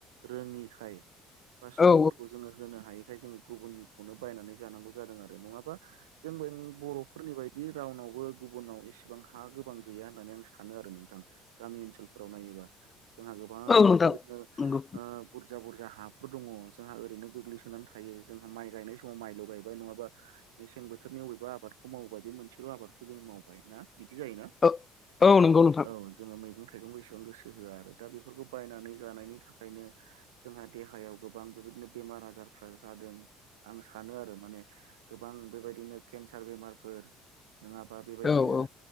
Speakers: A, on the right; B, on the left.
A: रोङिखाय बा समफोरखौ
B: औ
A: जोङो होनो हायिखाय जोङो गुबुननिखौनो बायनानै जानांगौ जादों आरो नङाबा जों <unintelligible> बर'फोरनि बायदि रावनावबो गुबुनाव एसेबां हा गोबां गैया होननानै आं सानो आरो नोंथां गामि ओनसोलफोराव नायोबा जोंहा गोबां
B: औ नोंथां
A: बेबादिनो
B: नंगौ
A: <unintelligible> बुरजा बुरजा हाफोर दङ जोंहा ओरैनो गोग्लैसोनानै थायो जोंहा माइ गायनाय समाव माइल' गायबाय नङाबा मेसें बोथोरनि बबेबा आबादखौ मावोबा बे मोनसेल' आबाद जों मावबाय ना बिदि जायोना
B: औ औ नंगौ नोंथां
A: औ जोङो मैगं थाइगंबो बेसेबां गोसो होआ आरो दा बेफोरखौ बायनानै जानायनि थाखायनो जोंहा देहायाव गोबां बेबायदिनो बेमार आजार जादों आं सानो आरो माने गोबां बेबायदिनो केन्सार बेमारफोर नङाबा बेबायदिनो
B: औ औ